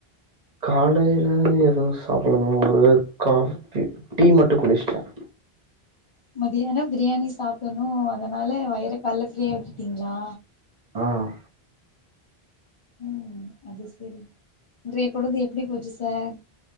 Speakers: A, on the right; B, on the left.
A: காலையில எதும் சாப்டல மேம் ஒரு காஃபி டீ மட்டும் குடிச்சிட்டேன்
B: மதியானம் பிரியாணி சாப்பிடணும் அதனால வயிற காலைல ஃப்ரீயா விட்டுட்டீங்களா
A: ஆஹ்
B: உம் அது சேரி இன்றைய பொழுது எப்படி போச்சு சார்